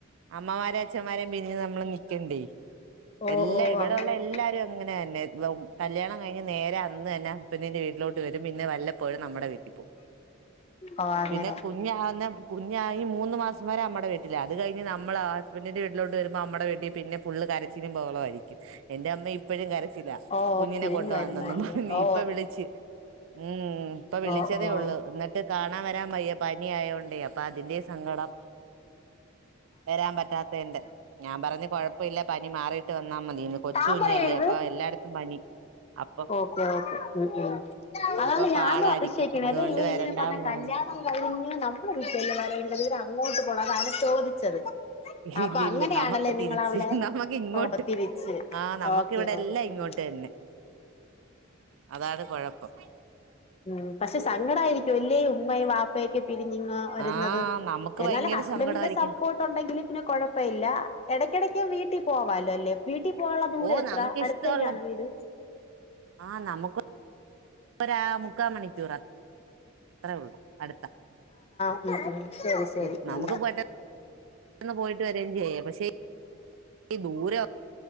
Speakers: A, on the right; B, on the left.
A: അമ്മമാരും അച്ഛന്മാരെ പിരിഞ്ഞ് നമ്മള് നിക്കണ്ടേ
B: ഓ
A: എല്ലാ
B: ഓ
A: ഇവിടെള്ള
B: അങ്ങനെ
A: എല്ലാരും അങ്ങനെ തന്നെ കല്യാണം കഴിഞ്ഞ് നേരെ അന്ന് തന്നെ പെണ്ണിന്റെ വീട്ടിലോട്ട് വരും പിന്നെ വല്ലപ്പോഴും നമ്മുടെ വീട്ടിലും
B: ഓ അങ്ങനെ
A: പിന്നെ കുഞ്ഞ് ആകുന്ന കുഞ്ഞായി മൂന്നുമാസം വരെ അമ്മയുടെ വീട്ടില് അതുകഴിഞ്ഞ് നമ്മള് ഹസ്ബന്റിന്റെ വീട്ടിലോട്ട് വരുമ്പോൾ അമ്മയുടെ വീട്ടിൽ ഫുള്ള് കരച്ചിലും ബഹളം ആയിരിക്കും എന്റമ്മഇപ്പോ പ്പഴും കരച്ചിലാ
B: ഓ
A: കുഞ്ഞിനെ
B: പിരിഞ്ഞു
A: കൊണ്ട്
B: വരുന്നതല്ലേ
A: വന്നന്നും പറഞ്ഞ്
B: ഓ
A: ഇപ്പ വിളിച്ച് മ് ഇപ്പൊ
B: ഓ
A: തേ
B: ഓ
A: ഒള്ളൂ ന്നട്ട് കാണാൻ വരാൻ വയ്യ പനി ആയോണ്ടേ അപ്പൊ അതിന്റെ സങ്കടം വരാൻ പറ്റാത്താന്റെ ഞാൻ പറഞ്ഞു കുഴപ്പ വില്ല പനി മാറി ട്ട് വന്നാൽ മതിയന്ന് കൊച്ചു
B: താമ്പറ
A: കുഞ്ഞല്ലേ
B: എഴുത്
A: അപ്പൊ എല്ലായിടത്തും പനി അപ്പൊ
B: ഓക്കെ ഓക്കേ ഉ ഉം അതാണ്
A: അപ്പൊ
B: ഞാനും
A: പാടായിരിക്കും
B: അതിശയി ക്ക്ണെ
A: അതുകൊണ്ട്
B: ഇതാ ഇവളിങ്ങനെ
A: വരണ്ടാന്ന്
B: പറഞ്ഞ കല്യാണം
A: പറഞ്ഞു
B: കഴിഞ്ഞു നമ്മള വീട്ടിലല്ലെ വരേണ്ടത് <unintelligible> ങ്ങോട്ട് പോണൊ അതാണ് ചോദിച്ചത് അപ്പൊ
A: ഇല്ലി
B: അങ്ങനെയാണല്ലേ
A: ല്ല നമുക്ക് തിരിച്ച്
B: നിങ്ങളവിടെ
A: നമ്മക്ക് ഇങ്ങോട്ട്
B: ഓ തിരിച്ച്
A: ആഹ് നമ്മക്ക്
B: ഓക്കെ
A: ഇവിടെല്ലാം
B: ഓക്കെ
A: ഇങ്ങോട്ട്
B: ഉം
A: തന്നെ അതാണ് കൊഴ പ്പം
B: ഉം പക്ഷെ സങ്കടവായിരിക്കും അല്ലേ ഉമ്മയും വാപ്പയൊക്കെ പിരിഞ്ഞിങ്ങ് വരുന്നത്
A: ആഹ് നമുക്ക്
B: എന്നാല്
A: ഭയങ്കര
B: ഹസ്ബൻഡിന്റെ
A: സങ്കടായിരിക്കും
B: സപ്പോർട്ട് ഉണ്ടെങ്കിൽ പിന്നെ കുഴപ്പ ഇല്ല ഇടയ്ക്കിടയ്ക്ക് വീട്ടി പോവാലോ അല്ലെ വീ ട്ടി പോവാൻള്ള ദൂര
A: ഓ
B: എത്ര
A: നമുക്ക്
B: അടുത്തന്നെയാണൊ
A: ഇഷ്ടമുള്ള
B: വീട്
A: ആഹ് നമുക്ക് ഒരാ മുക്കാ മണിക്കൂറ അത്രേ ഒള്ളൂ അടുത്ത
B: ഉ ഉം ശരി ശരി
A: ഇത് നമുക്ക്
B: ഉ
A: പെട്ടെന്ന് പോയിട്ട് വരേം ചെയ്യാം പക്ഷെ ഈ ദൂരം